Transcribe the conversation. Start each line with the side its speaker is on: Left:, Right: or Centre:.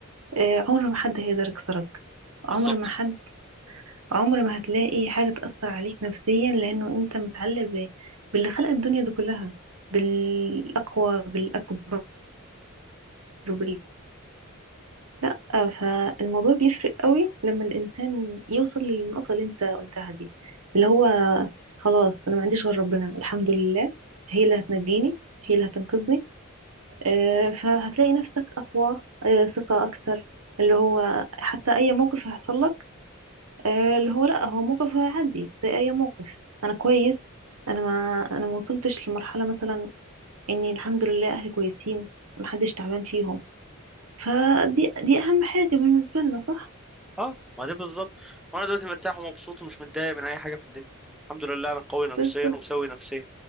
Right: آه، عمر ما حد هيقدر يكسرك
Centre: بالظبط
Right: عمر ما حد عمر ما هتلاقي حاجة تأثر عليك نفسيا لأنه أنت متعلق ب- باللي خلق الدنيا دي كلها بالأقوى بالأكبر وبال... لا فالموضوع بيفرق قوي لما الإنسان يوصل للنقطة اللي أنت قلتها دي اللي هو خلاص أنا ما عنديش غير ربنا الحمد لله هي اللي هتنجيني هي اللي هتنقذني آه، فهتلاقي نفسك أقوى آه، ثقة أكتر اللي هو حتى أي موقف هيحصل لك آه، اللي هو لا هو موقف عادي زي اي موقف انا كويس انا ما انا ما وصلتش لمرحله مثلا اني الحمد لله اهلي كويسين محدش تعبان فيهم فدي دي اهم حاجه بالنسبه لنا صح
Centre: اه ما دي بالظبط وانا دلوقتي مرتاح ومبسوط ومش متضايق من اي حاجه في الدنيا الحمد لله انا قوي نفسيا
Right: بس
Centre: وسوي نفسيا